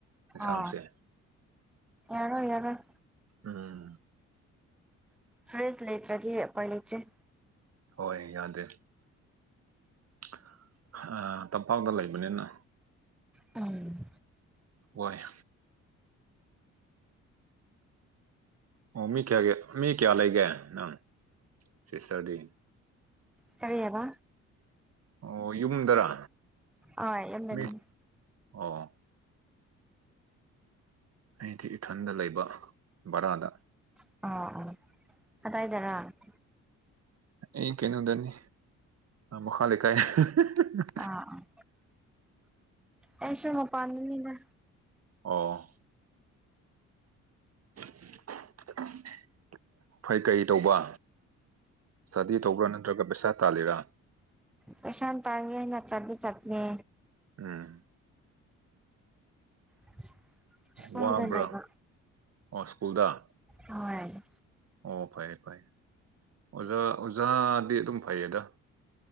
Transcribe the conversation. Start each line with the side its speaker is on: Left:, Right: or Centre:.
Right: ꯌꯦꯟꯁꯥꯡꯁꯦ
Centre: ꯑ ꯌꯥꯔꯣꯏ ꯌꯥꯔꯣꯏ
Right: ꯎꯝ
Centre: ꯐ꯭ꯔꯦꯁ ꯂꯩꯇ꯭ꯔꯗꯤ ꯎꯄꯥꯏ ꯂꯩꯇꯦ
Right: ꯍꯣꯏ ꯌꯥꯗꯦ <unintelligible> ꯇꯝꯄꯥꯛꯇ ꯂꯩꯕꯅꯤꯅ
Centre: ꯎꯝ
Right: ꯋꯥꯏ ꯑꯣ ꯃꯤ ꯀꯌꯥꯒꯤ ꯃꯤ ꯀꯌꯥ ꯂꯩꯒꯦ ꯅꯪ ꯁꯤꯁꯇꯔꯗꯤ
Centre: ꯀꯔꯤꯌꯕ
Right: ꯑꯣ ꯌꯨꯝꯗꯔ
Centre: ꯑꯥ ꯌꯨꯝꯗꯅꯤ
Right: ꯃꯤ ꯑꯣ ꯑꯩꯗꯤ ꯏꯊꯟꯗ ꯂꯩꯕ ꯕꯔꯥꯗ
Centre: ꯑꫭ ꯑꯣ ꯀꯗꯥꯏꯗꯔ
Right: ꯑꯩ ꯀꯩꯅꯣꯗꯅꯤ ꯃꯈꯥ ꯂꯩꯀꯥꯏ <unintelligible>
Centre: ꯑꫭ ꯑꫭ ꯑꯩꯁꯨ ꯃꯄꯥꯟꯗꯅꯤꯗ
Right: ꯑꯣ <unintelligible> ꯐꯩ ꯀꯔꯤ ꯇꯧꯕ ꯁ꯭ꯇꯗꯤ ꯇꯧꯕ꯭ꯔ ꯅꯠꯇ꯭ꯔꯒ ꯄꯩꯁꯥ ꯇꯥꯜꯂꯤꯔ
Centre: ꯄꯩꯁꯥ ꯇꯥꯟꯒꯦꯅ ꯆꯠꯇꯤ ꯆꯠꯄꯅꯦ
Right: ꯎꯝ
Centre: <inaudible> ꯁ꯭ꯀꯨꯜꯗ
Right: ꯋꯥꯕ꯭ꯔ
Centre: ꯂꯩꯕ
Right: <unintelligible> ꯁ꯭ꯀꯨꯜꯗ
Centre: ꯋꯥꯏ
Right: ꯑꯣ ꯐꯩ ꯐꯩ ꯑꯣꯖꯥ ꯑꯣꯖꯥꯗꯤ ꯑꯗꯨꯝ ꯐꯩꯌꯦꯗ